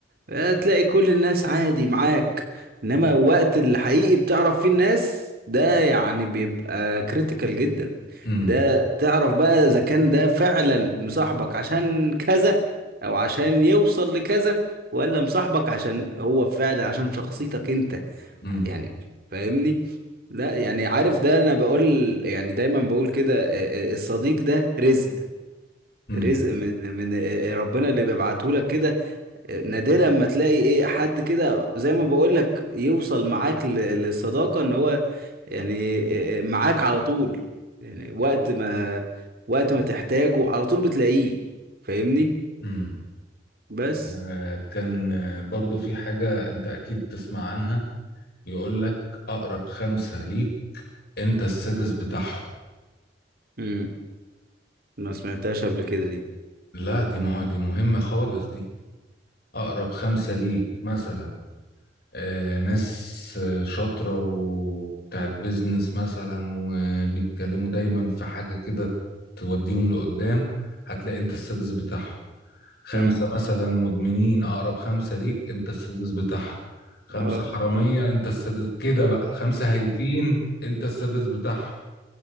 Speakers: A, on the right (about 55°); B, on the left (about 55°).
A: آه، تلاقي كل الناس عادي معاك إنما وقت الحقيقي بتعرف فيه الناس ده يعني بيبقى كريتيكال جدا
B: امم
A: ده تعرف بقى إذا كان ده فعلا مصاحبك عشان كذا أو عشان يوصل لكذا ولا مصاحبك عشان هو فعلا عشان شخصيتك انت
B: امم
A: يعني فاهمني لا يعني عارف ده انا بقول يعني دايما بقول كده آه، آه، الصديق ده رزق
B: امم
A: رزق من من آه، آه، ربنا اللي بيبعته لك كده آه، نادرا ما تلاقي ايه حد كده زي ما بقول لك يوصل معاك ل- للصداقة ان هو يعني آه، آه، معاك على طول يعني وقت ما وقت ما تحتاجه على طول بتلاقيه فاهمني
B: امم
A: بس
B: آه، كان آه، برضو في حاجة انت اكيد تسمع عنها يقول لك اقرب خمسة ليك انت السادس بتاعهم
A: امم ما سمعتهاش قبل كده دي
B: لا دي ما هو دي مهمة خالص دي اقرب خمسة ليك مثلا آه، ناس آه، شاطرة وبتاعت بيزنس مثلا وبيتكلموا دايما في حاجة كده توديهم لقدام هتلاقي انت السادس بتاعهم خمسة
A: امم
B: مثلا مدمنين أقرب خمسة ليك أنت السادس بتاعهم خمسة
A: اه
B: حرامية أنت السادس كده بقى خمسة هايفين أنت السادس بتاعهم